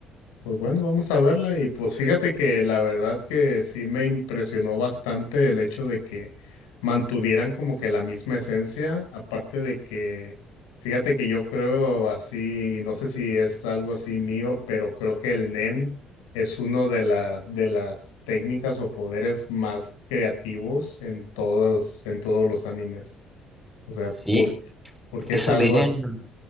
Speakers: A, on the left (about 90°); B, in the centre.
A: pues bueno, vamos a verla y pues fíjate que la verdad que sí me impresionó bastante el hecho de que mantuvieran como que la misma esencia, aparte de que, fíjate que yo creo así, no sé si es algo así mío, pero creo que el Nen es uno de las de las técnicas o poderes más creativos en todos en todos los animes. O sea,
B: Sí,
A: por, porque
B: esa
A: es algo
B: opinión,
A: así.